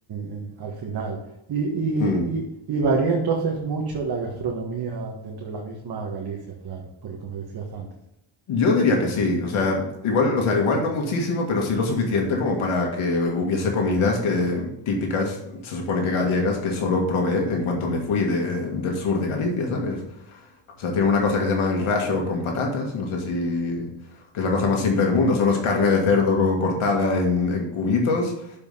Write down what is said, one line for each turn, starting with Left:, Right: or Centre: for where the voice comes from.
Right: en- al final. Y, y-
Left: Mm.
Right: y- y varía entonces mucho la gastronomía dentro de la misma Galicia, claro, por lo que me decías antes.
Left: Yo diría que sí, o sea, igual, o sea, igual no muchísimo, pero sí lo suficiente como para que hubiese comidas que típicas, se supone que gallegas, que solo probé en cuanto me fui de- del sur de Galicia, ¿sabes? O sea, tienen una cosa que se llama el racho con patatas, no sé si... que es la cosa
Right: Mm,
Left: más simple del mundo, solo es carne de cerdo co- cortada en, en cubitos